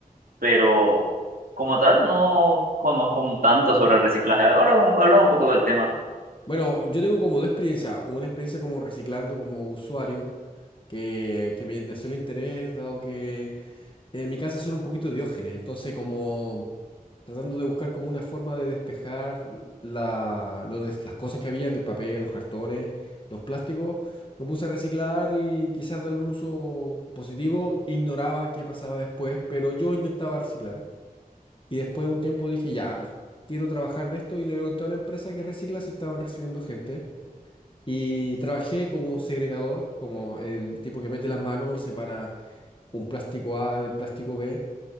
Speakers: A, on the right; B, on the left.
A: pero como tal, no conozco tanto sobre el reciclaje. Ahora, háblame un poco del tema.
B: Bueno, yo tengo como dos experiencias, una experiencia como reciclando como usuario que, que me nació el interés, dado que en mi casa son un poquito diógenes, entonces como tratando de buscar como una forma de despejar la, lo de- las cosas que había en el papel, los cartones, los plásticos, me puse a reciclar y quizás darle un uso positivo, ignoraba qué pasaba después, pero yo intentaba reciclar y después de un tiempo dije, ya, quiero trabajar de esto y le pregunté a la empresa que recicla si estaban recibiendo gente. Y trabajé como segregador, como el tipo que mete las manos y separa un plástico A del plástico B